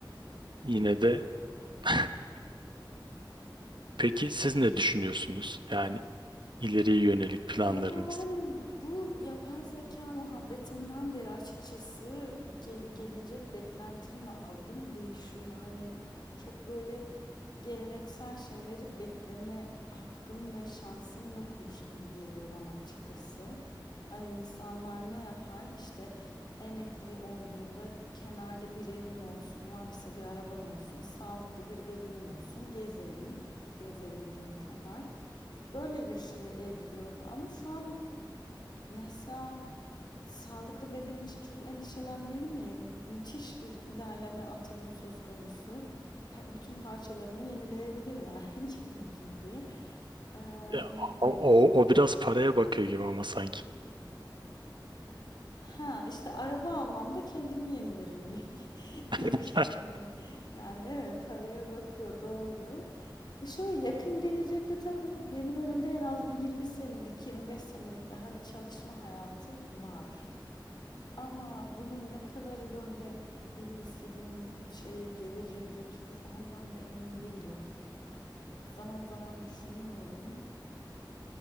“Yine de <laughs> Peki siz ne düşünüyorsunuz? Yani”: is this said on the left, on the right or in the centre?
Right